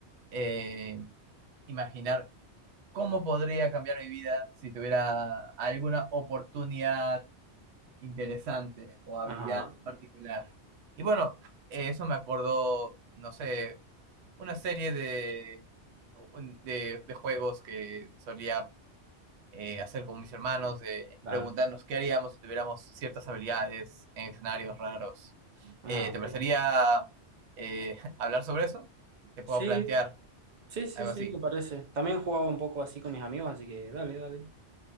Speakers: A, on the right; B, on the right.
A: eh, imaginar cómo podría cambiar mi vida si tuviera alguna oportunidad interesante o habilidad
B: Ajá,
A: particular. Y bueno, eh, eso me acordó, no sé, una serie de, un- de, de juegos que solía eh, hacer con mis hermanos, de
B: claro.
A: preguntarnos qué haríamos si tuviéramos ciertas habilidades en escenarios raros.
B: Ah,
A: Eh, ¿te
B: ok.
A: parecería eh, <laughs> hablar sobre eso? Te puedo
B: Sí,
A: plantear
B: sí, sí,
A: algo
B: sí,
A: así.
B: me parece. También jugaba un poco así con mis amigos, así que dale, dale.